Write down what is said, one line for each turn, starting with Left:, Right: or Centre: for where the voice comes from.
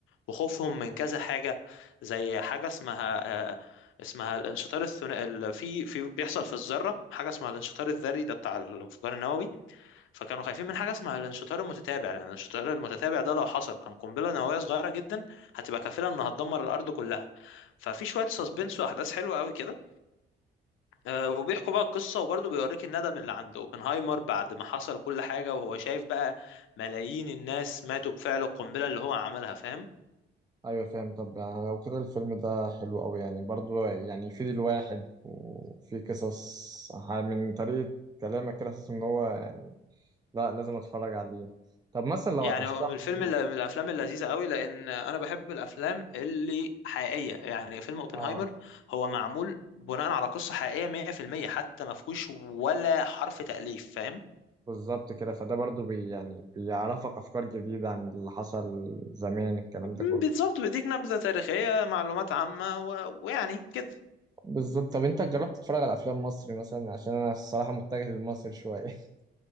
Left: وخوفهم من كذا حاجة زي حاجة اسمها آه، اسمها الانشطار الثنائي ال- في في بيحصل في الذرة حاجة اسمها الانشطار الذري ده بتاع الانفجار النووي فكانوا خايفين من حاجة اسمها الانشطار المتتابع لأن الانشطار المتتابع ده لو حصل كان قنبلة نووية صغيرة جدا هتبقى كافلة إنها تدمر الأرض كلها ففي شوية سسبنس وأحداث حلوة قوي كده آه، وبيحكوا بقى القصة وبرضه بيوريك الندم اللي عند اوبنهايمر بعد ما حصل كل حاجة وهو شايف بقى ملايين الناس ماتوا بفعل القنبلة اللي هو عملها فاهم
Right: ايوه فاهم طب يعني لو كده الفيلم ده حلو قوي يعني برضو يعني يفيد الواحد وفي قصص ح- من طريقه كلامك كده حاسس ان هو يعني لا لازم اتفرج عليه طب مثلا لو
Left: يعني
Right: هترشح
Left: هو من الفيلم
Right: لي
Left: اللي من الافلام اللذيذه قوي لان انا بحب الافلام اللي حقيقيه يعني فيلم اوبنهايمر
Right: اه
Left: هو معمول بناء على قصه حقيقيه 100% حتى ما فيهوش ولا حرف تاليف فاهم
Right: بالظبط كده فده برضو بي يعني بيعرفك افكار جديده عن اللي حصل زمان الكلام
Left: م-
Right: ده كله
Left: بالظبط بيديك نبذه تاريخيه معلومات عامه و... ويعني كده
Right: بالظبط طب انت جربت تتفرج على افلام مصري مثلا عشان انا الصراحه متجه للمصري شويه <laughs>